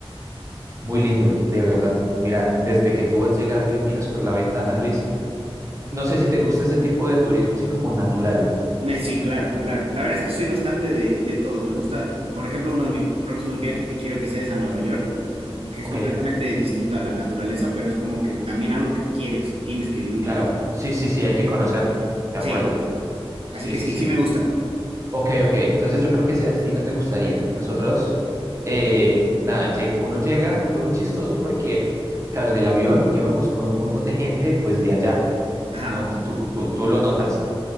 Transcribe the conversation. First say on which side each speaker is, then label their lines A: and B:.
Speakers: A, on the right (about 30°); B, on the right (about 75°).
A: muy lindo, de verdad. Mira, desde que tú vas llegando y miras por la ventana, Luis, no sé si te gusta ese tipo de turismo así como natural,
B: Me- sí, claro, claro. La verdad es que soy bastante de, de todo. Me gusta, por ejemplo, uno de mis próximos viajes que quiero que sea es a Nueva York, porque que es
A: ¿ok?
B: completamente distinto a la naturaleza, pero es como que también algo que quieres y tienes que vivir.
A: Claro,
B: yo
A: sí, sí, sí, hay que conocer, de
B: Sí,
A: acuerdo.
B: así
A: Sí,
B: que
A: sí,
B: sí,
A: sí.
B: sí me gusta.
A: Ok, ok, entonces yo creo que ese destino te gustaría. Nosotros, eh, nada, lleg- uno llega, fue muy chistoso porque, claro, en el avión íbamos con un montón de gente, pues de allá,
B: Ajá,
A: ¿no? O sea, tú, tú, tú lo notas.